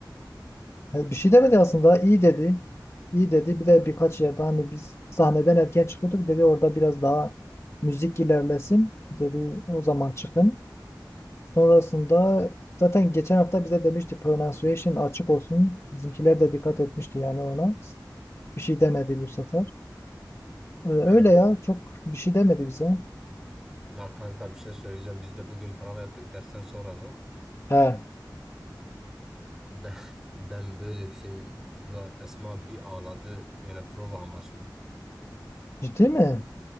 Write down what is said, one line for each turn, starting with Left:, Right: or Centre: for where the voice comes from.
Left: He, Bir şey demedi aslında. İyi dedi. İyi dedi. Bir de birkaç yerde hani biz sahneden erken çıkıyorduk. Dedi orada biraz daha müzik ilerlesin. Dedi o zaman çıkın. Sonrasında zaten geçen hafta bize demişti pronunciation açık olsun. Bizimkiler de dikkat etmişti yani ona. Bir şey demedi bu sefer. Ee, öyle
Centre: Ha.
Left: ya çok bir şey demedi bize.
Centre: La kanka bir şey söyleyeceğim. Biz de bugün prova yaptık. Dersten soralım.
Left: He,
Centre: Ben, <laughs> ben böyle bir şey Zuhat Esma bir ağladı. Yani prova amaçlı.
Left: ciddi mi?